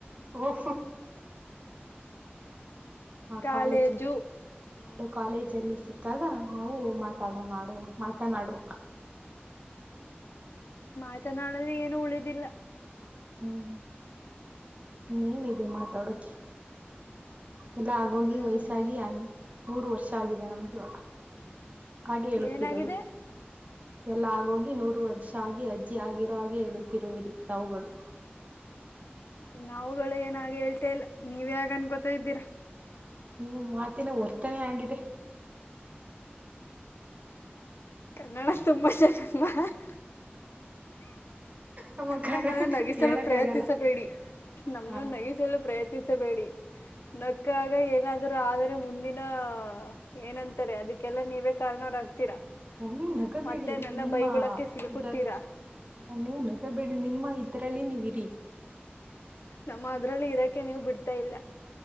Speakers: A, on the right; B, on the left.
A: ಓ ಆ
B: ಕಾಲೇಜು
A: ಕಾಲೇಜ್ ನಾಳೆ ಕಾಲೇಜ ಅಲ್ಲಿ ಸಿಕ್ಕಾಗ ನಾವು ಮಾತಾಡೋ ನಾಡೋ ಮಾತನಾಡುವ
B: ಮಾತನಾಡಲು ಏನು ಉಳಿದಿಲ್ಲ
A: ಹ್ಮ್ ಇನ್ನೇಏನಿದೆ ಮಾತಾಡಕೆ ಎಲ್ಲ ಆಗೋಗಿ
B: ಹ್ಮ್
A: ವಯಸ್ಸಾಗಿಣ ನೂರು ವರ್ಷ ಆಗಿದೆ ನಮ್ಗೆ ಹಾಗೆ ಹೇಳುತ್ತಿರ
B: ಏನಾಗಿದೆ
A: ಎಲ್ಲ ಆಗೋಗಿ ನೂರು ವರ್ಷ ಆಗಿ ಅಜ್ಜಿಗಿರೋ ಹಾಗೆ ಹೇಳುತ್ತಿರುವಿರಿ ತಾವುಗಳು
B: ನಾವುಗಳು ಏನ ಹಾಗೆ ಹೇಳ್ತೆೇ ಇಲ್ಲ ನೀವೇ ಹಾಗೆ ಅನ್ಕೋತಾ ಇದ್ದೀರಾ
A: ನಿಮ್ಮ ಮಾತಿನ ವರ್ತನೆ ಆಗಿದೆ
B: ಕನ್ನಡ ತುಂಬಾ ಚೆನ್ನಾಗಿ ಮಾತಾಡ್ತಾ
A: ನಮ್ಮ ಕನ್ನಡ
B: ನಮ್ಮನ್ನು ನಗಿಸಲು
A: ಕೇಳಕ್
B: ಪ್ರಯತ್ನಿಸಬೇಡಿ
A: ಆಗಲ್ಲ
B: ನಮ್ಮನ್ನು
A: ಹ
B: ನಗಿಸಲು ಪ್ರಯತ್ನಿಸಬೇಡಿ ನಕ್ಕಾಗ ಏನಾದರೂ ಆದರೆ ಮುಂದಿನ ಏನಂತಾರೆ ಅದಕ್ಕೆಲ್ಲಾ ನೀವೇ ಕಾರಣರಾಗ್ತೀರಾ
A: ಓ ನೀವು್ ನಗಬೇಡಿ
B: ಮತ್ತೆ ನನ್ನ
A: ನಿಮ್ಮ
B: ಬೈಗುಳಕ್ಕೆ ಸಿಲುಕುತ್ತೀರಾ
A: ಇದರ್ ನೀವು್ ನಗಬೇಡಿ ಬೇಡಿ ನಿಮ್ಮ ಇದ್ರಲ್ಲಿ ನೀವು ಇರಿ
B: ನಮ್ಮ ಅದ್ರಲ್ಲಿ ಇರಾಕೆ ನೀವು ಬಿಡ್ತಾ ಇಲ್ಲ